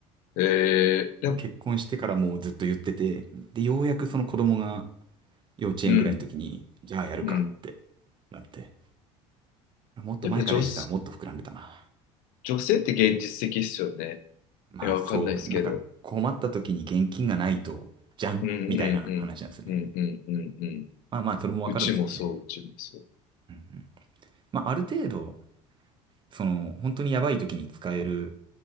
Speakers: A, on the left; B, on the right.
A: えー、やっ、
B: 結婚してからもうずっと言ってて、で、ようやくその子供が幼稚園ぐらいの時に、
A: うん、
B: じゃあやるかって
A: うん。
B: なって、もっと前から入れてたらもっと膨らんでたな。
A: やっぱ女、女性って現実的っすよね。
B: まあそう、
A: いや、わかんないですけど。
B: なんか困った時に現金がないと、じゃんみたいな話なんですよね。
A: うんうんうん。うんうんうんうん。
B: まあまあ、それもわかるんですけどね。
A: うちもそう、うちもそう。
B: うんうん。まあある程度、その、本当にやばい時に使える